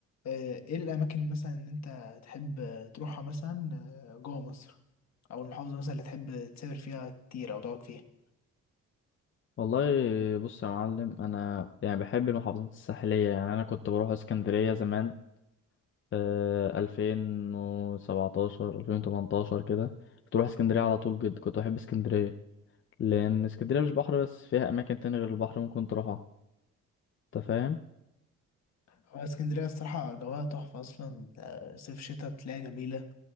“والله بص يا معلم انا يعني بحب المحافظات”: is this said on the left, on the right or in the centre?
Left